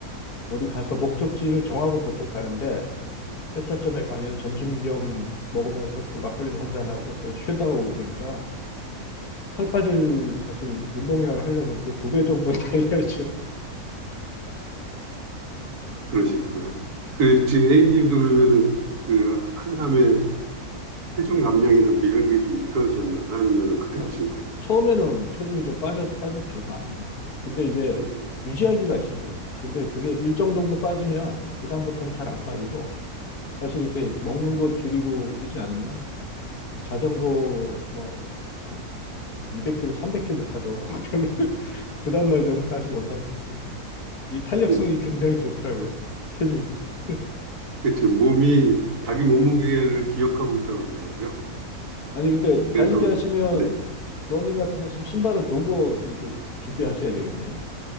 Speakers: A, on the left (about 80°); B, on the right (about 80°).
A: 어디 가서 목적지를 정하고 보통 가는데 회차점에 가면 점심 겸 먹으면서 또 막걸리도 한 잔하고 또 쉬다가 오고 그러니까 살 빠질 사실 운동량을 하려면 그 두 배 정도 <laughs> 달려야죠.
B: 그런 식으로. 그 지금 A님도 그러면은 그 한담에 체중 감량이나 뭐 이런 게 좀 있으셨나요? 아니면 그대로신
A: 아,
B: 거예요?
A: 처음에는 체중이 좀 빠져, 빠졌죠, 많이. 근데 이게
B: 음,
A: 유지하기가 힘들어요. 근데 그게 일정 정도 빠지면 그다음부터는 잘 안 빠지고 사실 이렇게 먹는 거 줄이고 이러지 않으면 뭐 자전거 뭐 그 200km, 300km 타도 <laughs> 별로 그 다음날 되면 다시 원상 복구. 이 탄력성이
B: 음.
A: 굉장히 좋더라고요. 체중이. <laughs>
B: 그치 몸이 자기
A: 예.
B: 몸무게를 기억하고 있다고 그러더라고요.
A: 예. 아니 근데
B: 그래서
A: 달리기 하시면
B: 네.
A: 러닝 같은 거 하시면 신발은 좋은 거 이렇게 준비하셔야 되겠네요.